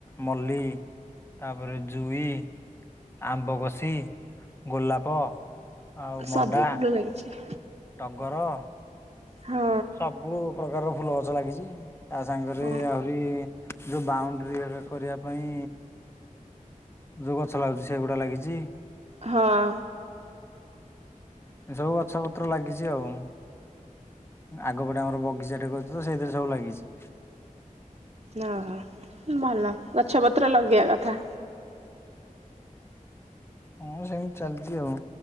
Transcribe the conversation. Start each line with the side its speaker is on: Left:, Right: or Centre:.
Left: ମଲ୍ଲି ତାପରେ ଜୁଇ। ଆମ୍ବ କଷି ଗୋଲାପ। ଆଉ
Right: ସବୁ
Left: ମଣ୍ଡା
Right: ଫୁଲ ଲାଗିଛି।
Left: ଟଗର।
Right: ହଁ
Left: ସବୁ ପ୍ରକାରର ଫୁଲ ଗଛ ଲାଗିଛି ତା ସାଙ୍ଗରେ
Right: ହଁ
Left: ବି ଆହୁରି। ଯୋଉ ବାଉଣ୍ଡୁରି ଅକା କରିବା ପାଇଁ। ଯୋଉ ଗଛ ଲାଗୁଛି ସେଇଗୁଡ଼ା ଲାଗିଛି।
Right: ହଁ।
Left: ଏମିତି ସବୁ ଗଛ ପତ୍ର ଲାଗିଛି ଆଉ। ଆଗପଟେ ଆମର ବଗିଚା ଟେ କରିଛୁ ତ ସେଇଥିରେ ସବୁ ଲାଗିଛି।
Right: ଓ ହ ଭଲ ଗଛ ପତ୍ର ଲଗେଇବା କଥା।
Left: ହଁ ସେମିତି ଚାଲିଛି ଆଉ।